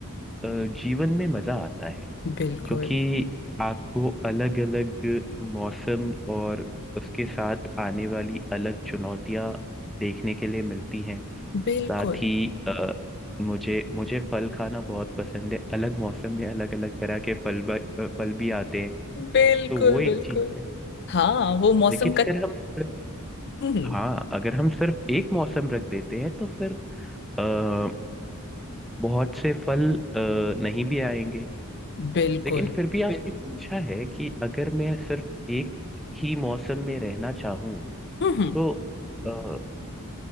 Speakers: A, in the centre; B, on the left.
A: अ, जीवन में मजा आता है
B: बिल्कुल
A: क्योंकि आपको अलग अलग मौसम और उसके साथ आने वाली अलग चुनौतियां देखने के लिए मिलती हैं
B: बिल्कुल
A: साथ ही अ, मुझे मुझे फल खाना बहुत पसंद है अलग मौसम में अलग अलग तरह के फल ब- फल भी आते हैं
B: बिल्कुल
A: तो वो एक
B: बिल्कुल
A: चीज है
B: हाँ वो मौसम
A: लेकिन
B: का
A: अगर हम सिर्फ
B: हम्म
A: हाँ अगर हम सिर्फ एक मौसम रख देते हैं तो फिर अ, बहुत से फल अ, नहीं भी आएंगे
B: बिल्कुल
A: लेकिन फिर भी बिल- आपने पूछा है कि अगर मैं सिर्फ एक ही मौसम में रहना चाहूँ
B: हम्म
A: तो अ,